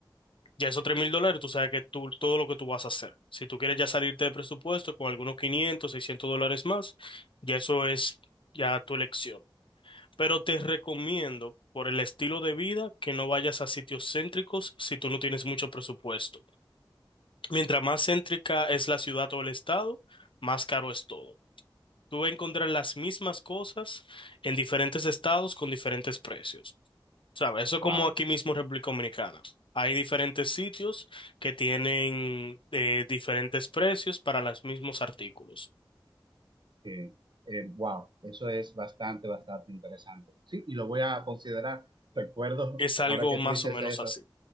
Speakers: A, on the left (about 75°); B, on the right (about 60°).
A: Ya esos tres mil dólares, tú sabes que tú, todo lo que tú vas a hacer. Si tú quieres ya salirte de presupuesto con algunos 500, 600 dólares más, ya eso es ya tu elección. Pero te recomiendo, por el estilo de vida, que no vayas a sitios céntricos si tú no tienes mucho presupuesto. Mientras más céntrica es la ciudad o el estado, más caro es todo. Tú vas a encontrar las mismas cosas en diferentes estados con diferentes precios. ¿Sabes? Eso es
B: Wow,
A: como aquí mismo en República Dominicana. Hay diferentes sitios que tienen eh, diferentes precios para los mismos artículos.
B: eh, eh, wow, eso es bastante, bastante interesante. Sí, y lo voy a considerar. Recuerdo,
A: Es algo
B: ahora que
A: más
B: tú dices
A: o menos
B: eso,
A: así.